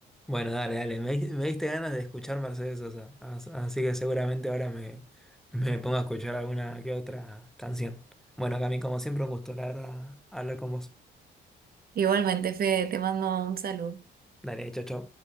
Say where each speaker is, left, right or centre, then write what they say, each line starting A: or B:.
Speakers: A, in the centre; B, on the right.
A: Bueno, dale, dale. Me, di- me diste ganas de escuchar Mercedes Sosa. As- Así que seguramente ahora me, me pongo a escuchar alguna que otra canción. Bueno, Cami, como siempre, un gusto, la verdad, hablar con vos.
B: Igualmente, Fede, te mando un saludo.
A: Dale, chau, chau.